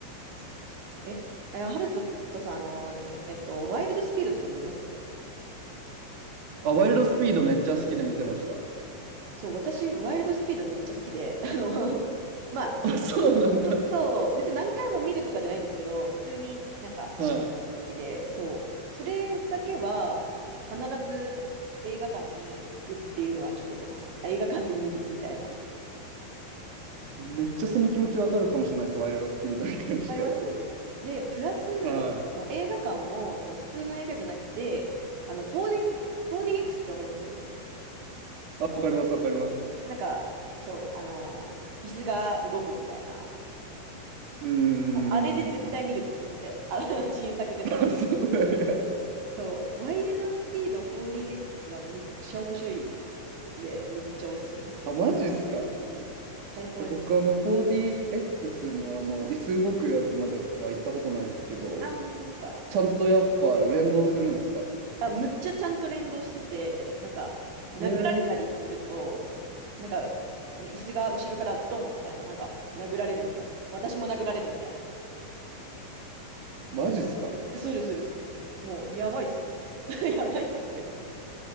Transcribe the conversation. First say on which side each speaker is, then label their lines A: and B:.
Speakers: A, on the right (about 60°); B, on the right (about 45°).
A: あ、そっかそっか。え、えハルトとさん、あの、なんだっけ、えっと、ワイルドスピードとか見ます
B: あ、ワイルドスピードめっちゃ好きで見てました。
A: そう、私、ワイルドスピードむっちゃ好きで、<laughs> あの、まあ、
B: あ、そうなんだ。
A: うんそう、別に何回も見るとかじゃないんですけど、普通になんかし好きで、
B: は
A: そう、それだけは必ず映画館に行くっていうのは決めてます。映画館で見るみたいな。
B: い。めっちゃその気持ちわかるかもしれないです。ワイルドスピードに関しては。
A: わかりますで、プラス、
B: はい。
A: あの映画館もその普通の映画じゃなくて、あの 4D、4DX ってわかります
B: あ、わかります、わかります。
A: そうなんか、そう、あのー、椅子が動くみたいな。
B: うーん。
A: もうあれで絶対見るって決めてて、あ <laughs> 新作出たら。
B: あ、そうなんや。
A: そう、ワイルドスピード 4DX はむっちゃ面白いんで、むっちゃおすすめですよ。
B: あ、マジっすか。
A: うん、最高ですね。
B: え僕、あの、4DX
A: うん、
B: のあの、椅子動くやつまでは行ったことないんですけど、
A: あ、本当ですか。
B: ちゃんとやっぱ連動するんすか
A: あ、むっちゃちゃんと連動してて、なんか、殴られたりすると、
B: へえ、
A: なんか、その椅子が後ろからドンみたいな、なんか、殴られるみたいな。私も殴られるみたいな。
B: マジっすか
A: するするする。もう、やばいっすよ。<laughs> やばいっすよとか言って。